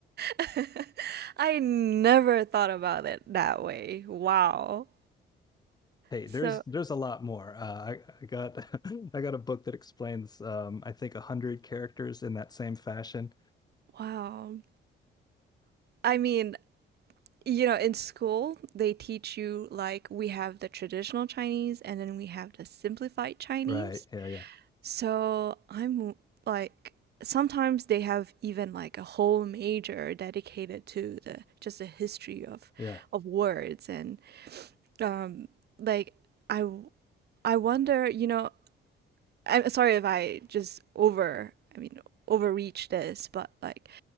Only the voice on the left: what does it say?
Hey,
there's there's a lot more. Uh, I, I got <laughs> I got a book that explains um, I think a hundred characters in that same fashion.
Right. Yeah. Yeah.
Yeah.